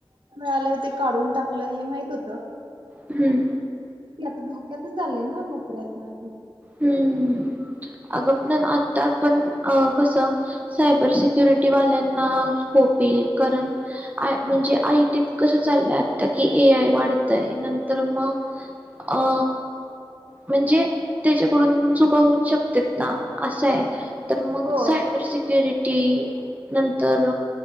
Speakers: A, on the right (about 60°); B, on the right (about 15°).
A: मिळालं ते काढून टाकलं हे माहित होतं
B: हम्म
A: क धोक्यात चाले ना नकऱ्याता
B: हम्म अगप आता पण अ कसं सायबर सक्योरिटी वा्यां स्कोपी कारण म्हणजे आई तत कस चाललं ए ए आय वाढत आहे न तर मग अ म्हणजे. त्याच्याकडून पण चुका होऊ शकत्यात ना असा आहे, तर मग
A: हो
B: सायबर सिक्युरिटी ती. नंतर.